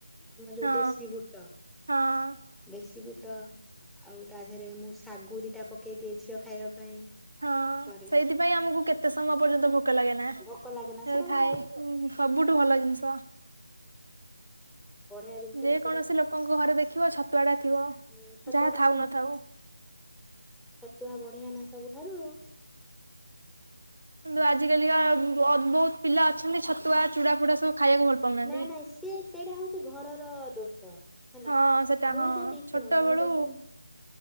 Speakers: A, in the centre; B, on the right (about 80°).
A: ଆମର ଯୋଉ
B: ହଁ
A: ଦେଶୀ ବୁଟ।
B: ହଁ।
A: ଦେଶୀ ବୁଟ ଆଉ ତା ଦେହରେ ମୁଁ ଶାଗୁ ଦିଟା ପକେଇ ଦିଏ ଝିଅ ଖାଇବା ପାଇଁ।
B: ହଁ
A: କରେ
B: ସେଇଥିପାଇଁ ଆମକୁ କେତେ ସମୟ ପର୍ଯ୍ୟନ୍ତ ଭୋକ ଲାଗେ ନା।
A: ଭୋକ ଲାଗେ ନା ସେଇଟା
B: ଥାଏ
A: ବା
B: ଉଁ ସବୁଠୁ ଭଲ ଜିନିଷ।
A: ବଢିଆ ଜିନିଷ
B: ଯେ
A: ନା ସେଇଟା
B: କୌଣସି
A: ହୁଁ
B: ଲୋକଙ୍କ ଘରେ ଦେଖିବ ଛତୁଆ ଟା ଥିବ
A: ଛତୁଆ
B: ଯାହା
A: ଟା
B: ଥାଉ
A: ସୁଣୁ
B: ନଥାଉ
A: ଛତୁଆ ବଢିଆ ନା ସବୁଠାରୁ।
B: କିନ୍ତୁ ଆଜିକାଲିକା ଅ ବୋହୁତ ପିଲା ଅଛନ୍ତି ଛତୁଆ ଚୁଡ଼ା ଫୁଡା ସବୁ ଖାଇବାକୁ ଭଲ ପାଉନାହାନ୍ତି।
A: ନା ନାଇଁ ସିଏ ସେଇଟା ହଉଚି ଘରର ଦୋଷ ହେଲା।
B: ହଁ ସେଟା
A: ମୁଁ
B: ହଁ
A: ଯଦି
B: ଛୋଟ
A: ଶୁଣ ମୁଁ
B: ବେଳୁ
A: ଯଦି